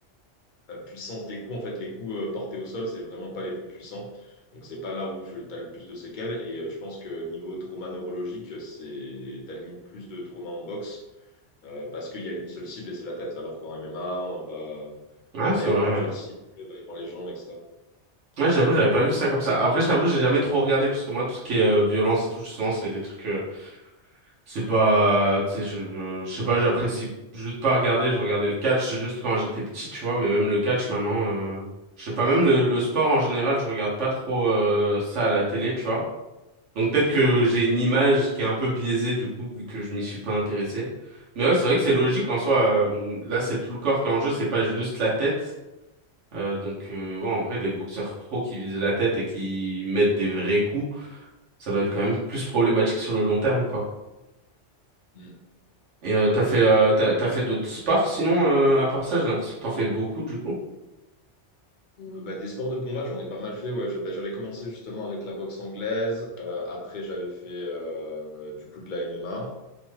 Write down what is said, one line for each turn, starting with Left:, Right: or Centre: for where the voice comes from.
Left: euh, puissance des coups, en fait, les coups euh, portés au sol, c'est vraiment pas les plus puissants. Donc, c'est pas là où tu as le plus de séquelles. Et euh, je pense que niveau trauma neurologique, c'est t'as limite plus de trauma en boxe euh, parce qu'il y a une seule cible et c'est la tête. Alors qu'en MMA, on va... il
Right: Ouais, c'est
Left: va y avoir
Right: vrai,
Left: plusieurs
Right: ouais.
Left: cibles, il va y avoir les jambes, etc.
Right: Ouais, j'avoue, j'avais pas vu ça comme ça. Après, je t'avoue, j'ai jamais trop regardé, parce que moi, tout ce qui est euh, violence et tout, justement, c'est des trucs... euh, C'est pas, tu sais, je, je, je sais pas, j'apprécie juste pas regarder. Je regardais le catch juste quand j'étais petit, tu vois, mais même le catch maintenant, euh, je sais pas, même le, le sport en général, je regarde pas trop euh, ça à la télé, tu vois. Donc peut-être que j'ai une image qui est un peu biaisée du coup, vu que je m'y suis pas intéressé. Mais ouais, c'est vrai que c'est logique en soi. euh, là, c'est tout le corps qui est en jeu, c'est pas juste la tête. Euh, donc euh, ouais, en vrai, des boxeurs pros qui visent la tête et qui mettent des vrais coups, ça doit être quand même plus problématique sur le long terme, quoi.
Left: Mm.
Right: Et euh, t'as fait euh,
Left: Euh,
Right: t'as, t'as fait d'autres sports sinon euh, à part ça j'ai l'impression que t'en fais beaucoup du coup.
Left: euh, bah, des sports de combat, j'en ai pas mal fait. Ouais. Je- bah, j'avais commencé justement avec la boxe anglaise. Euh, après, j'avais fait euh, du coup de la MMA.